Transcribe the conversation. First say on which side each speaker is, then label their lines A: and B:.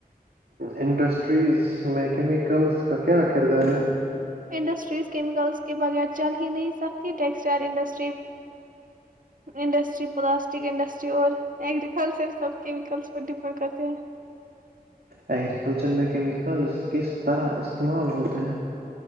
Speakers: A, on the right; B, on the right.
A: انڈسٹریز میں کیمیکلس کا کیا کردار ہے
B: انڈسٹریز کیمیکلس کے بغیر چل ہی نہیں سکتی textile industry industry plastic industry اور ایگریکلچر سب کیمیکلس پر ڈپینڈ کرتے ہیں
A: ایگرییکلچر میں ل کس طرح استعمال ہوتے ہیں